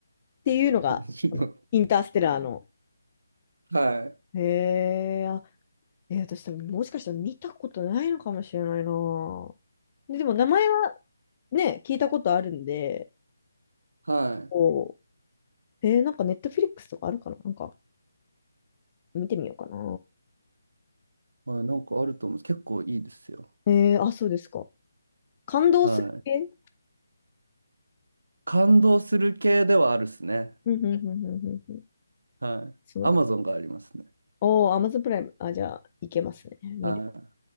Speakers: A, on the left (about 25°); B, on the right (about 75°).
A: っていうのが、
B: 感じの。
A: そのインターステラーの。
B: <laughs> はい。
A: へえ、あ、えー私多分もしかしたら見たことないのかもしれないな。で、でも名前はね、聞いたことあるんで、
B: はい。
A: こう、えーなんかネットフィリックスとかあるかななんか見てみようかな。
B: まあ、なんかあると思うんです。結構いいですよ。
A: えーあ、そうですか。感動する系
B: はい。感動する系ではあるっすね。
A: うんうんうんうんうんうん。
B: はい。
A: そうなの。
B: アマゾンがありますね。
A: おー、アマゾンプライム。あ、じゃあ、いけますね。見る。
B: はい。